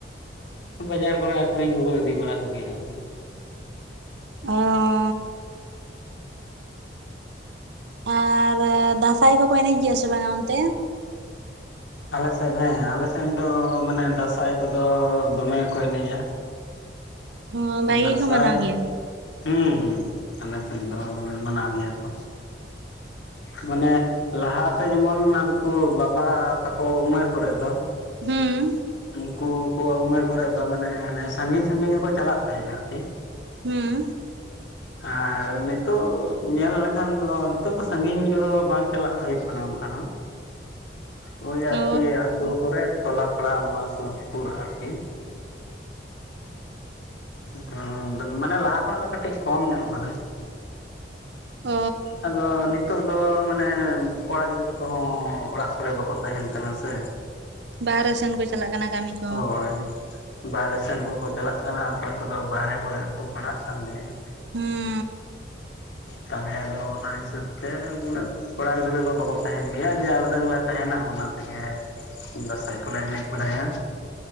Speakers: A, on the left; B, on the right.
A: ᱵᱟᱡᱟᱨ ᱠᱚᱨᱮ ᱟᱠᱷᱨᱤᱧ ᱠᱚᱠᱚ ᱤᱫᱤ ᱵᱟᱲᱟ ᱠᱚ ᱜᱮᱭᱟ ᱟᱨ ᱠᱤ᱾
B: ᱚᱸᱻ᱾ ᱟᱨ ᱫᱟᱸᱥᱟᱭ ᱠᱚᱠᱚ ᱮᱱᱮᱡ ᱜᱮᱭᱟ ᱥᱮ ᱵᱟᱝᱟ ᱚᱱᱛᱮ?
A: ᱟᱞᱮ ᱥᱮᱱ ᱦᱮᱸ ᱟᱞᱮ ᱥᱮᱱ ᱫᱚ ᱢᱟᱱᱮ ᱫᱟᱸᱥᱟᱭ ᱠᱚᱫᱚ ᱫᱚᱢᱮ ᱜᱮᱠᱚ ᱮᱱᱮᱡᱟ᱾
B: ᱦᱚᱸ ᱵᱷᱟᱜᱤ
A: ᱩᱸ ᱫᱟᱸᱥᱟᱭ
B: ᱜᱮᱠᱚ ᱢᱟᱱᱟᱣ ᱜᱮᱭᱟ
A: ᱦᱩᱸ ᱦᱩᱸ ᱟᱞᱮ ᱥᱮᱱ ᱫᱚ ᱢᱟᱱᱟᱣ ᱜᱮᱭᱟ ᱠᱚ᱾ ᱢᱟᱱᱮ ᱞᱟᱦᱟ ᱛᱮ ᱡᱮᱢᱚᱱ ᱦᱟᱹᱱᱠᱩ ᱵᱟᱵᱟ ᱛᱟᱠᱚ ᱩᱢᱮᱨ ᱠᱚᱨᱮᱫ ᱫᱚᱼᱼ
B: ᱦᱩᱸ
A: ᱩᱱᱠᱩᱼᱼ ᱠᱚ ᱣᱟᱜ ᱩᱢᱮᱨ ᱠᱚᱨᱮ ᱫᱚ ᱢᱟᱱᱮ ᱚᱱᱮ ᱥᱟᱹᱜᱤᱧ ᱥᱟᱹᱜᱤᱧ ᱦᱚᱸ ᱠᱚ ᱪᱟᱞᱟᱜ ᱛᱟᱦᱮᱸᱜ ᱟᱨ ᱠᱤ᱾
B: ᱦᱩᱸᱻ
A: ᱟᱨ ᱱᱤᱛᱚᱜ ᱧᱮᱞ ᱞᱮᱠᱷᱟᱱ ᱫᱚ ᱱᱤᱛᱚᱜ ᱫᱚ ᱱᱤᱛᱚᱜᱼᱼ ᱥᱟᱹᱜᱤᱧ ᱠᱚᱫᱚ ᱵᱟᱝ ᱪᱟᱞᱟᱜ ᱦᱩᱭᱩᱜ ᱠᱟᱱᱟ ᱚᱱᱠᱟ ᱫᱚ᱾ ᱦᱳᱭ ᱟᱨᱠᱤ
B: ᱚ
A: ᱟᱛᱳ ᱠᱚᱨᱮᱜ ᱴᱚᱞᱟ ᱯᱟᱲᱟ ᱱᱚᱣᱟ ᱥᱩᱨ ᱥᱩᱯᱩᱨ ᱟᱨᱠᱤ ᱵᱟᱝ ᱢᱟᱱᱮ ᱞᱟᱦᱟ ᱠᱷᱚᱱᱟᱜ ᱫᱚ ᱠᱟᱹᱴᱤᱡ ᱠᱚᱢ ᱧᱚᱜ ᱠᱟᱱᱟ᱾
B: ᱚ
A: ᱟᱫᱚ ᱱᱤᱛ ᱱᱤᱛᱚᱜ ᱫᱚ ᱢᱟᱱᱮ ᱠᱚᱲᱟ ᱜᱤᱫᱽᱨᱟᱹ ᱠᱚᱦᱚᱸ ᱚᱲᱟᱜ ᱠᱚᱨᱮ ᱵᱟᱠᱚ ᱛᱟᱦᱮᱱ ᱠᱟᱱᱟ ᱥᱮ᱾
B: ᱵᱟᱦᱟᱨᱮ ᱥᱮᱱ ᱠᱚ ᱪᱟᱞᱟᱜ ᱠᱟᱱᱟ ᱠᱟᱹᱢᱤ, ᱠᱚ
A: ᱦᱳᱭ᱾ ᱵᱟᱨᱦᱮ ᱥᱮᱱ ᱠᱚᱠᱚ ᱪᱟᱞᱟᱜ ᱠᱟᱱᱟ ᱚᱠᱚᱭ ᱠᱚᱫᱚ ᱵᱟᱨᱦᱮ ᱠᱚᱨᱮ ᱦᱚᱸᱠᱚ ᱯᱟᱲᱦᱟᱜ ᱠᱟᱱ ᱜᱮᱭᱟ᱾
B: ᱦᱩᱸ
A: ᱛᱟᱦᱚᱞᱮ ᱟᱫᱚ ᱚᱱᱟ ᱦᱤᱥᱟᱹᱵ ᱛᱮ ᱩᱱᱟᱹᱜ ᱠᱚᱲᱟ ᱜᱤᱫᱽᱨᱟᱹ ᱠᱚ ᱵᱟᱠᱚ ᱛᱟᱦᱮᱱ ᱜᱮᱭᱟ ᱡᱟ ᱩᱰᱟᱹᱝ ᱞᱮ ᱛᱟᱦᱮᱱᱟ ᱚᱱᱟ ᱛᱮᱜᱮ ᱫᱟᱸᱥᱟᱭ ᱠᱚᱞᱮ ᱮᱱᱮᱡ ᱵᱟᱲᱟᱭᱟ᱾